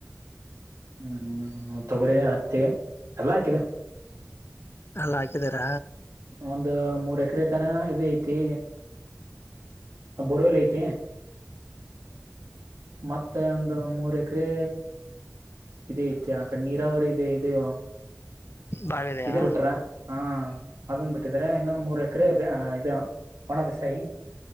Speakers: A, on the right; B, on the left.
A: ಹ್ಮ್ ತೊಗರಿ ಹತ್ತಿ ಎಲ್ಲ ಹಾಕಿದೆ
B: ಅಲ್ಲ ಹಾಕಿದೀರಾ.
A: ಒಂದು ಮೂರ್ ಎಕರೆ ತನ ಇದ ಐತಿ. ಹ ಬೋರುವೆಲ್ಲ ಐತೆ. ಮತ್ತೆ ಒಂದು ಮೂರ್ ಎಕರೆ. ಇದೇ ಐತೆ ಆ ಕಡೆ ನೀರಾವರಿ ಇದೆ ಇದೆಯೋ.
B: ಬಾವಿದೆಯಾ
A: ಇದು ಬಿಟ್ರ ಹಾ. ಅದನ್ ಬಿಟ್ಟಿದ್ರೆ ಇನ್ನೊಂದು ಮೂರು ಎಕರೆ ಇದು ಒಣ ಬಿಸಾಯಿ.